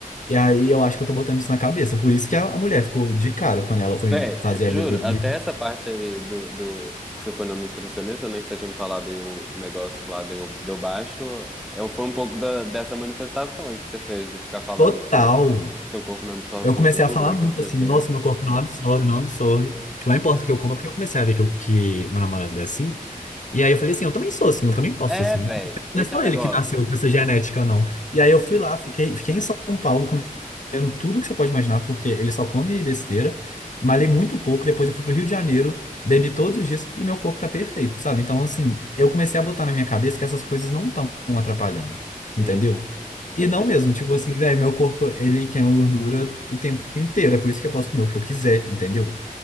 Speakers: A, on the left; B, in the centre.
A: E aí eu acho que eu tô botando isso na cabeça. Por isso que a, a mulher ficou de cara quando ela foi
B: Véi,
A: fazer
B: juro,
A: a minha bi-
B: até essa parte aí do, do, que você foi na nutricionista, né? Que você tinha me falado aí o, o negócio lá deu, deu baixo. Eu, foi um pouco da- dessa manifestação aí que você fez de ficar falando.
A: Total.
B: que Seu corpo não absorve
A: Eu
B: gordura,
A: comecei a falar muito
B: que não sei
A: assim,
B: o quê.
A: nossa, meu corpo não absorve, não absorve. Tipo, não importa o que eu como, porque eu comecei a ver que, eu- que meu namorado é assim. E aí eu falei assim, eu também sou assim, eu também posso
B: É,
A: ser assim.
B: velho.
A: Não
B: Esse
A: é só
B: é o negócio.
A: ele que nasceu com essa genética, não. E aí eu fui lá, fiquei, fiquei em São Paulo comendo tudo que você pode imaginar, porque ele só come besteira. Malhei muito pouco, depois eu fui pro Rio de Janeiro, bebi todos os dias e meu corpo tá perfeito, sabe? Então, assim, eu comecei a botar na minha cabeça que essas coisas não estão atrapalhando,
B: Sim.
A: entendeu? E
B: A,
A: não
B: a-
A: mesmo, tipo assim, velho, meu corpo, ele queima gordura o tempo inteiro, é por isso que eu posso comer o que eu quiser, entendeu?